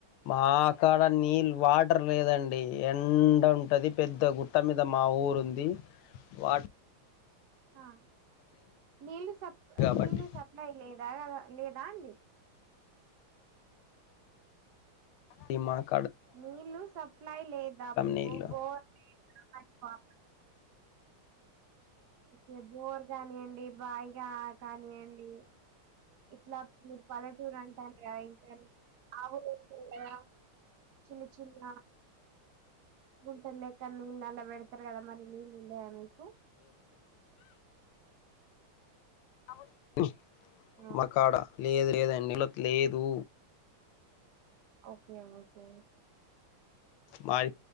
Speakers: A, on the left; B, on the right.
A: మాక్ ఇంటి కాడ నీళ్ళు వాటర్ లేదండి ఎండ ఉంటది పెద్ద గుట్ట మీద మా ఊరు ఉంది వాట
B: ఆ నీళ్ళ సప్
A: కాబట్టి
B: నీళ్ళు సప్లై లేదా లేదా అండి.
A: దిమాగ
B: నీళ్ళు సప్లై లేదా మీకు
A: నీళ్ళు
B: బోర్ నీళ్ళు అప్లై ఓకే బోర్ కానియండి బాయిగా కానియండి. ఇట్లా మీరు పల్లెటూరు అంటనుండ్రు కద ఇంకా ఆవులు ఉంటాయి కద చిన్న చిన్న గుంతలెక్క నీళ్ళు అలా పెడతారు కదా మరి నీళ్ళు ఉండయా మీకు
A: అవును
B: ఆ
A: మకాడ లేదు లేద్ అన్ నిల్లక్ లేదు
B: ఓకే ఓకే ఓ
A: బాయ్